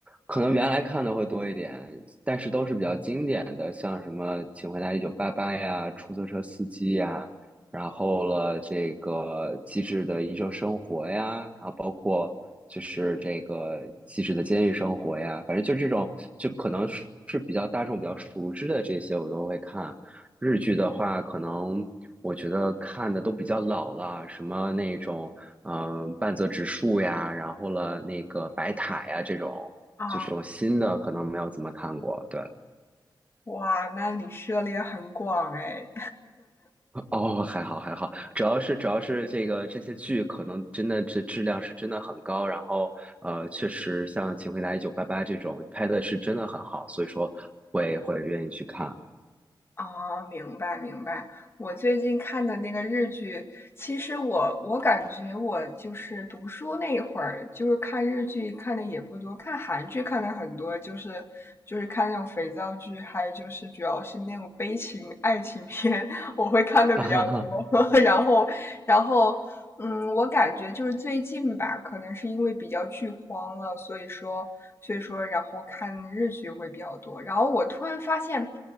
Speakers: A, on the right; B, on the left.
A: 可能原来看的会多一点，但是都是比较经典的，像什么《请回答一九八八》呀，《出租车司机》呀，然后了这个《机智的医生生活》呀，然后包括。就是这个细致的监狱生活呀，反正就这种，就可能是是比较大众、比较熟知的这些，我都会看。日剧的话，可能我觉得看的都比较老了，什么那种嗯、呃半泽直树呀，然后了那个白塔呀这种，
B: 啊。
A: 就这种新的可能没有怎么看过。对，
B: 哇，那你涉猎很广哎，
A: <laughs> 哦，还好还好，主要是主要是这个这些剧可能真的这质量是真的很高，然后呃，确实像《请回答一九八八》这种拍的是真的很好，所以说会会愿意去看。
B: 哦，明白明白。我最近看的那个日剧，其实我我感觉我就是读书那一会儿，就是看日剧看的也不多，看韩剧看的很多，就是就是看那种肥皂剧，还有就是主要是那种悲情爱情片，我会看的比较多，
A: <laughs> 啊哈哈，
B: <laughs> 然后，然后，嗯，我感觉就是最近吧，可能是因为比较剧荒了，所以说，所以说，然后看日剧会比较多。然后我突然发现，